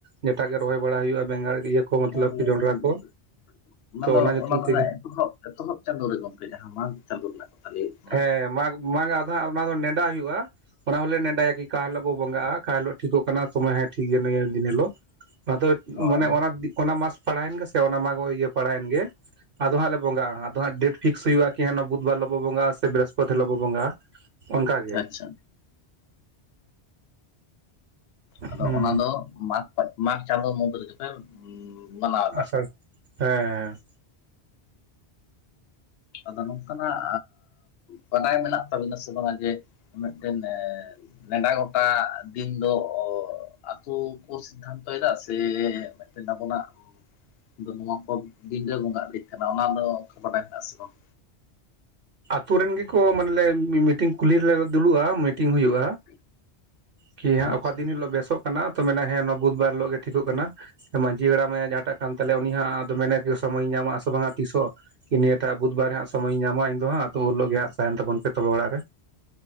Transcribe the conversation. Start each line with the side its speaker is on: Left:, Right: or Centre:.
Right: ᱡᱮᱴᱟᱜᱮ ᱨᱚᱦᱚᱭ ᱵᱟᱲᱟ ᱦᱩᱭᱩᱜᱼᱟ ᱵᱮᱸᱜᱟᱲ ᱤᱭᱟᱹ ᱠᱚ ᱢᱚᱛᱞᱚᱵ
Left: ᱦᱩᱸ
Right: ᱠᱤ ᱡᱚᱱᱰᱨᱟ ᱠᱚ
Left: ᱚᱱᱟ
Right: ᱛᱚ
Left: ᱫᱚ
Right: ᱧᱩᱛᱩᱢ
Left: ᱚᱱᱟ ᱫᱚ
Right: ᱛᱮᱜᱮ
Left: ᱦᱟᱜ ᱮᱛᱚᱦᱚᱵ ᱮᱛᱚᱦᱚᱵ ᱪᱟᱸᱫᱳ ᱨᱮ ᱜᱚᱝᱠᱮ ᱡᱟᱦᱟᱸ ᱢᱟᱜᱽ ᱪᱟᱸᱫᱳ ᱨᱮᱱᱟᱜ ᱞᱟᱹᱭ ᱦᱩᱭᱩᱜ ᱠᱟᱱᱟ
Right: ᱦᱮᱸ ᱢᱟᱜ ᱢᱟᱜ ᱟᱫᱷᱟ ᱚᱱᱟ ᱫᱚ ᱱᱮᱰᱟ ᱦᱩᱭᱩᱜᱼᱟ ᱚᱱᱟ ᱦᱚᱞᱮ ᱱᱮᱰᱟᱭᱟ ᱠᱤ ᱚᱠᱟ ᱦᱤᱞᱳᱜ ᱵᱚ ᱵᱚᱸᱜᱟᱜᱼᱟ ᱚᱠᱟ ᱦᱤᱞᱳᱜ, ᱴᱷᱤᱠᱚᱜ ᱠᱟᱱᱟ ᱥᱚᱢᱚᱭ ᱦᱮᱸ ᱴᱷᱤᱠ ᱜᱮᱭᱟ ᱱᱤᱭᱟᱹ ᱫᱤᱱ ᱦᱤᱞᱳᱜ ᱟᱫᱚ
Left: ᱦᱳᱭ
Right: ᱢᱟᱱᱮ ᱚᱱᱟ ᱫᱤ ᱚᱱᱟ ᱢᱟᱥ ᱯᱟᱲᱟᱣᱮᱱ ᱜᱮᱥᱮ ᱥᱮ ᱚᱱᱟ ᱢᱟᱜᱽ ᱤᱭᱟᱹ ᱯᱟᱲᱟᱣᱮᱱ ᱜᱮ, ᱟᱫᱚ ᱦᱟᱸᱜ ᱞᱮ ᱵᱚᱸᱜᱟᱼᱟ ᱟᱫᱚ ᱦᱟᱸᱜ ᱰᱮᱴ ᱯᱷᱤᱠᱥ ᱦᱩᱭᱩᱜᱼᱟ ᱠᱤ ᱦᱟᱜ ᱵᱩᱫᱷ ᱵᱟᱨ ᱦᱤᱞᱳ ᱵᱚᱸᱜᱟᱜᱼᱟ ᱥᱮ ᱵᱤᱨᱦᱚᱥᱯᱚᱛᱤ ᱦᱤᱞᱳ ᱵᱚ ᱵᱚᱸᱜᱟᱼᱟ᱾ ᱚᱱᱠᱟᱜᱮ᱾
Left: ᱟᱪᱪᱷᱟ ᱟᱫᱚ
Right: ᱦᱩᱸ
Left: ᱚᱱᱟ ᱫᱚ ᱢᱟᱜᱽ ᱢᱟᱜᱽ ᱪᱟᱸᱫᱚ ᱢᱩᱫᱽ ᱨᱮᱜᱮ ᱯᱮ ᱢᱟᱱᱟᱣ ᱮᱫᱟ
Right: ᱟᱥᱟᱲ ᱦᱮᱸ
Left: ᱟᱫᱚ ᱱᱚᱝᱠᱟ ᱱᱟᱜ ᱵᱟᱰᱟᱭ ᱢᱮᱱᱟᱜ ᱛᱟᱵᱤᱱᱟ ᱥᱮ ᱵᱟᱝᱟ ᱡᱮ ᱢᱤᱫᱴᱮᱱ ᱱᱮᱰᱟ ᱜᱚᱴᱟ ᱫᱤᱱ ᱫᱚ ᱟᱠᱩ ᱠᱚ ᱥᱤᱫᱫᱷᱟᱱᱛᱭ ᱮᱫᱟ ᱥᱮ ᱢᱤᱫᱴᱟᱱ ᱟᱵᱚᱱᱟ ᱟᱫᱚ ᱱᱚᱣᱟ ᱠᱚ <unintelligible> ᱵᱚᱸᱜᱟᱜ ᱤᱫᱤᱜ ᱠᱟᱱᱟ ᱚᱱᱟ ᱫᱚ ᱵᱟᱰᱟᱭ ᱦᱮᱱᱟᱜ ᱟᱥᱮ ᱵᱟᱝ?
Right: ᱟᱛᱳ ᱨᱮᱱ ᱜᱮᱠᱚ ᱢᱟᱱᱮᱞᱮ ᱢᱤᱴᱤᱝ ᱠᱩᱞᱦᱤᱞᱮᱨᱮ ᱫᱩᱲᱩᱵᱼᱟ ᱢᱤᱴᱤᱝ ᱦᱩᱭᱩᱜᱼᱟ᱾
Left: <inaudible>
Right: ᱠᱤ ᱦᱟᱜ
Left: ᱟᱪᱪᱷᱟ
Right: ᱚᱠᱟ ᱫᱤᱱ ᱦᱤᱞᱳᱜ ᱵᱮᱥᱚᱜ ᱠᱟᱱᱟ ᱛᱚ ᱢᱮᱱᱟ ᱦᱮᱸ ᱚᱱᱟ ᱵᱩᱫᱷ ᱵᱟᱨ ᱦᱤᱞᱳᱜ ᱜᱮ ᱴᱷᱤᱠᱚᱜ ᱠᱟᱱᱟ ᱢᱟᱹᱡᱷᱤ ᱦᱟᱲᱟᱢᱮ ᱡᱟᱦᱟᱸᱴᱟᱜ ᱠᱟᱱ ᱛᱟᱦᱚᱞᱮ ᱩᱱᱤ ᱦᱟᱸᱜ ᱟᱫᱚ ᱢᱮᱱᱮ ᱠᱤ ᱥᱚᱢᱚᱭᱤ ᱧᱟᱢᱟ ᱥᱮ ᱵᱟᱝᱟ ᱛᱤᱥ ᱦᱚᱸ ᱠᱤ ᱱᱤᱭᱟᱹᱴᱟᱜ ᱵᱩᱫᱷᱵᱟᱨ ᱦᱟᱜ ᱥᱚᱢᱚᱭᱤᱧ ᱧᱟᱢᱟ ᱤᱧᱫᱚ ᱦᱟᱸᱜ ᱟᱹᱛᱩ ᱦᱤᱞᱳᱜ ᱜᱮ ᱦᱟᱜ ᱛᱟᱦᱮᱱ ᱛᱟᱵᱟᱱᱯᱮ ᱡᱚᱛᱟ ᱚᱲᱟᱜ ᱨᱮ ᱾